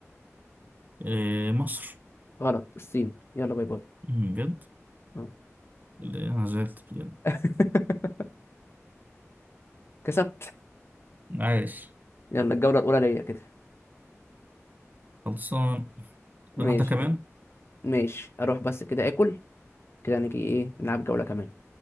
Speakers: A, on the right (about 35°); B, on the left (about 50°).
A: إيه مصر
B: غلط الصين يلا باي باي
A: أمم، بجد
B: اه
A: لا، أنا زعلت بجد
B: <laughs> كسبت
A: <laughs> عايش
B: يلا الجولة الأولى ليا كده
A: خلصان
B: ماشي
A: ولا واحدة كمان
B: ماشي أروح بس كده آكل كده نيجي إيه نلعب جولة كمان